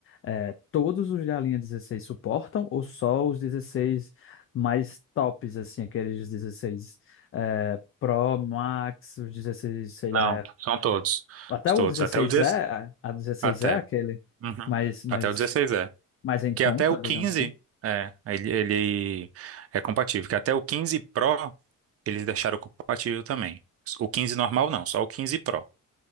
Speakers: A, on the left; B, on the right.
A: é, todos os da linha 16 suportam ou só os 16 mais tops, assim, aqueles 16 é, Pro, Max, os 16, sei lá,
B: Não, são todos.
A: até o
B: Todos,
A: 16E,
B: até o 16.
A: a a 16E
B: Até.
A: é aquele
B: Uhum.
A: mais, mais,
B: Até o 16 é.
A: mais em
B: que
A: conta,
B: até o 15,
A: digamos assim.
B: é, ele, ele é compatível, que até o 15 Pro eles deixaram compatível também. O 15 normal não, só o 15 Pro.